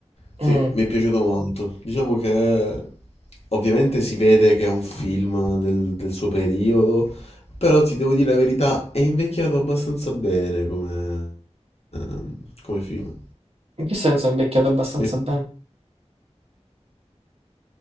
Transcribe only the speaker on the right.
mm.
In che senso è invecchiato abbastanza
bene?